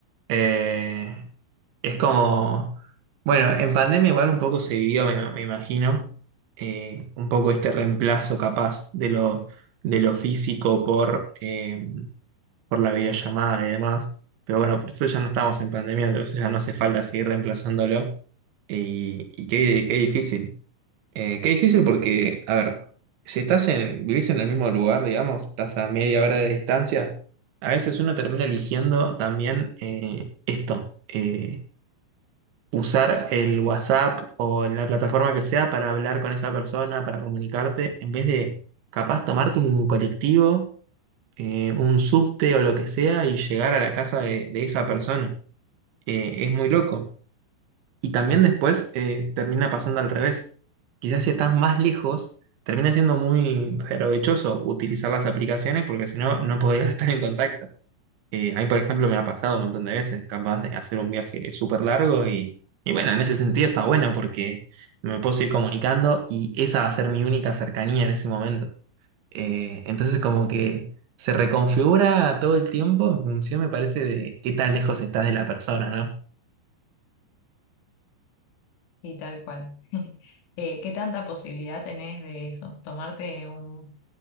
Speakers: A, on the right; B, on the left.
A: Eh, es como, bueno, en pandemia igual un poco se vivió, me, me imagino, eh, un poco este reemplazo capaz de lo, de lo físico por, eh, por la videollamada y demás. Pero bueno, por eso ya no estamos en pandemia, entonces ya no hace falta seguir reemplazándolo. eh, Y, y qué, qué difícil. Eh, qué difícil porque, a ver, si estás en, vivís en el mismo lugar, digamos, estás a media hora de distancia, a veces uno termina eligiendo también eh, esto, eh, usar el WhatsApp o la plataforma que sea para hablar con esa persona, para comunicarte, en vez de capaz tomarte un colectivo, eh, un subte o lo que sea y llegar a la casa de, de esa persona. Eh, es muy loco. Y también después eh, termina pasando al revés. Quizás si estás más lejos, termina siendo muy provechoso utilizar las aplicaciones porque si no, no podrías <laughs> estar en contacto. Eh, a mí, por ejemplo, me ha pasado un montón de veces, capaz de hacer un viaje súper largo y, y bueno, en ese sentido está bueno porque me puedo seguir comunicando y esa va a ser mi única cercanía en ese momento. Eh, entonces como que se reconfigura todo el tiempo en función, me parece, de qué tan lejos estás de la persona, ¿no?
B: Sí, tal cual. <laughs> Eh, ¿qué tanta posibilidad tenés de eso? Tomarte un